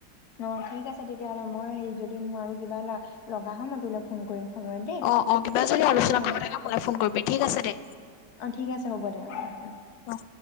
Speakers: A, on the left; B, on the left.
A: অ ঠিক আছে তেতিয়াহ'লে মই হে যদি মোৰ আৰু কিবা লগা হয় ন তোলে ফোন কৰিম। সময়ত দেই
B: অ অ কিবা যদি আলোচনা
A: অ
B: কৰিব থাকে মোলে ফোন কৰিবি ঠিক আছে দে
A: অ ঠিক আছে হ'ব দে অ
B: অ।